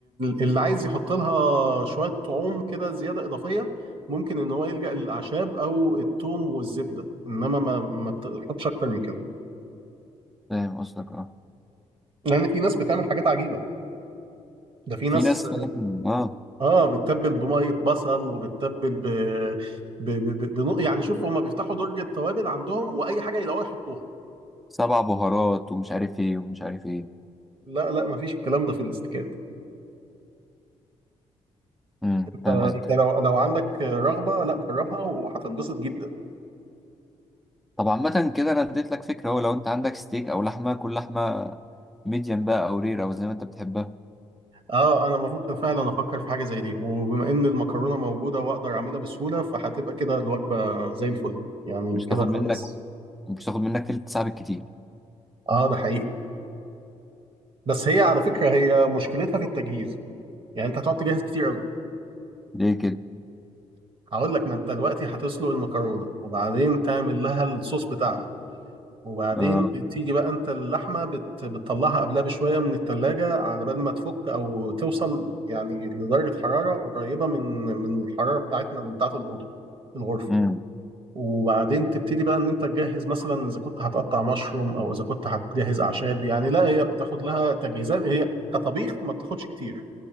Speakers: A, on the right; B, in the centre.
A: اللي عايز يحط لها شوية طعوم كده زيادة إضافية ممكن إن هو يلجأ للأعشاب أو الثوم والزبدة إنما ما ما بتحطش أكتر من كده
B: فاهم قصدك اه
A: لأن في ناس بتعمل حاجات عجيبة ده في
B: في
A: ناس
B: ناس فاهم اه
A: آه بتتبل بمية بصل وبتتبل ب... ب... ب... ب... بنوع- يعني شوف هما بيفتحوا درج التوابل عندهم وأي حاجة يلاقوها يحطوها
B: سبع بهارات ومش عارف ايه ومش عارف ايه
A: لا لا مفيش الكلام ده في الاستيكات
B: امم
A: انت
B: فاهم قصدك
A: أنت لو لو عندك رغبة لا جربها وهتنبسط جدا
B: طب عامه كده انا اديت لك فكره اهو لو انت عندك ستيك او لحمه كل لحمه ميديم بقى او رير او زي ما انت بتحبها
A: اه انا ممكن فعلا افكر في حاجه زي دي وبما ان المكرونه موجوده واقدر اعملها بسهوله فهتبقى كده الوجبه زي الفل يعني
B: مش
A: كده
B: تاخد
A: خلاص
B: منك مش تاخد منك تلت ساعه بالكتير
A: اه ده حقيقي بس هي على فكره هي مشكلتها في التجهيز يعني انت هتقعد تجهز كتير قوي
B: ليه كده
A: هقول لك ما انت دلوقتي هتسلق المكرونه وبعدين تعمل لها الصوص بتاعها وبعدين
B: اه
A: تيجي بقى انت اللحمه بت... بتطلعها قبلها بشويه من التلاجة على بال ما تفك او توصل يعني لدرجه حراره قريبه من من الحراره بتاعتنا بتاعت الاوضه الغرفه
B: امم
A: وبعدين تبتدي بقى ان انت تجهز مثلا اذا كنت هتقطع مشروم او اذا كنت هتجهز اعشاب يعني لا هي بتاخد لها تجهيزات هي كطبيخ ما بتاخدش كتير